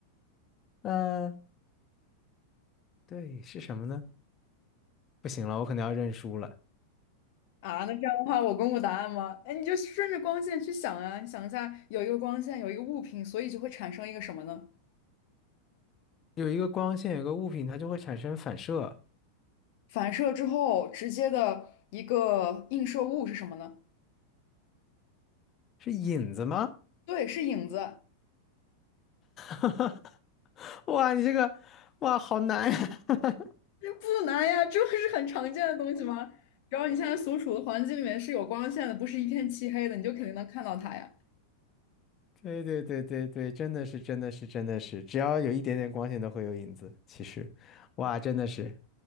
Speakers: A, on the left; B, on the left.
A: <laughs> 呃，对，是什么呢？不行了，我可能要认输了。
B: 啊。那这样的话，我公布答案吗？哎，你就顺着光线去想呀，你想一下，有一个光线，有一个物品，所以就会产生一个什么呢？
A: 有一个光线，有个物品，它就会产生反射，
B: 反射之后直接的一个映射物是什么呢？
A: 是影子吗？
B: 对，是影子。
A: <laughs> 哈，哇，你这个，哇，好难呀！<laughs>
B: 不难呀，这不是很常见的东西吗？只要你现在所处的环境里面是有光线的，不是一片漆黑的，你就肯定能看到它呀。
A: 对对对对对，真的是真的是真的是，只要有一点点光线都会有影子。其实，哇，真的是，